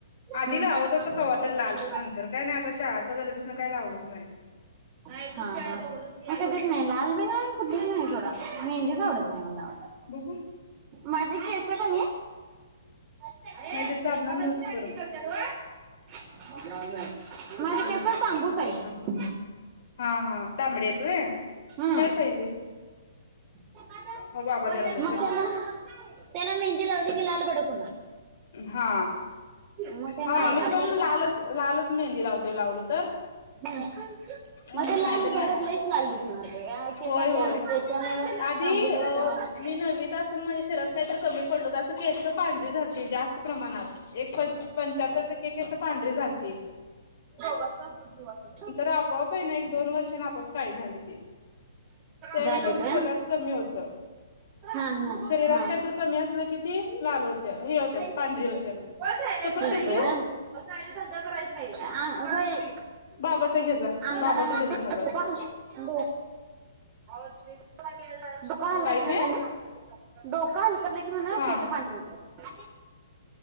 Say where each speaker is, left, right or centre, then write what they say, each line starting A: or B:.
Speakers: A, on the left (about 55°); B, on the right (about 30°).
A: आधी
B: हम्म
A: लावत होतो कवातर लाल नंतर काय नाही आता शाळाचा झाल्यापासून काय लावलंच नाही
B: नाहीय हा हा म कधीच नाही लाल बी नाही कुठेच नाही थोडा मेहंदीच आवडत नाही मला
A: बघु
B: माझी केस का नाही <unintelligible>
A: नाही ते साबणान धु की परत
B: माझ्या केस तांबूस आहेत
A: हा हा तांबडे आहेत व्हय
B: हम्
A: काय पाहिजे?
B: मग
A: हो बाबा द्यायला लागलेत जा.
B: त्याला त्याला मेहंदी लावली कि लालभडक
A: हा
B: मग ते
A: हा
B: नाही
A: मी
B: आपल्याला
A: पण लालच लालच मेहंदी लावतेय लावलं तर
B: ह
A: नाही
B: म्हणजे लाल
A: तर
B: भडक
A: नाही
B: लईच लाल दिसणार ते केस
A: होय
B: हते
A: होय
B: त्यामु
A: आधी
B: तांबूस आहेत
A: अ
B: त्यामुळे
A: मी नववीत शरीरात काय तर कमी पडल क पांढरी झा जास्त प्रमाणात एक पंच्याहत्तर टक्के कस पांढरी झालते
B: बुद्ध
A: आपोआप आहे ना एक दोन वर्षांन आपोआप काळी झाली ती. त्यावेळी
B: झालेत
A: काहीतरी
B: र
A: शरीरात कमी होतं
B: हा हा
A: शरीरात
B: हा.
A: काहीतरी कमी असलं कि ती लाल होत्या हे होत्यात पांढरी
B: पच
A: होत्यात
B: हाय नाही
A: सफरचंद
B: तसं
A: देऊ
B: पण हाय नाही धंदा करायच नाही. आ होय.
A: बाबाचा घे जा
B: आ <inaudible>
A: बाबाचा घे जा मोबाईल
B: लोक डोका हललं
A: काय
B: असलं
A: ते
B: का नाही, डोकं हलकं नाही की म्हणं
A: हा
B: केसं पांढरी हुत्यात.